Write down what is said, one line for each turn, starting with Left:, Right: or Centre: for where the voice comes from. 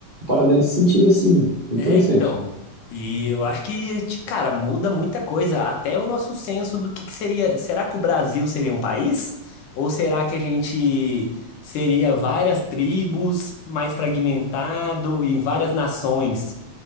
Right: parada nesse sentido, assim, interessante.
Left: É, então. E eu acho que, t- cara, muda muita coisa. Até o nosso senso do que que seria. Será que o Brasil seria um país? Ou será que a gente seria várias tribos, mais fragmentado, em várias nações?